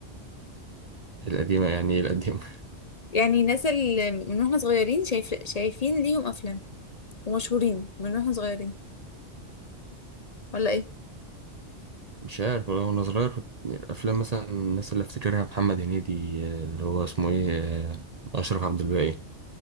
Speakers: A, on the right (about 40°); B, on the left (about 40°).
A: القديمة يعني إيه القديمة
B: يعني الناس اللي من واحنا صغيرين شايف شايفين ليهم افلام ومشهورين من واحنا صغيرين ولا ايه
A: <laughs> مش عارف والله وأنا صغير كنت- الأفلام مثلا الناس اللي أفتكرها محمد هنيدي آه، اللي هو اسمه إيه آه، أشرف عبد الباقي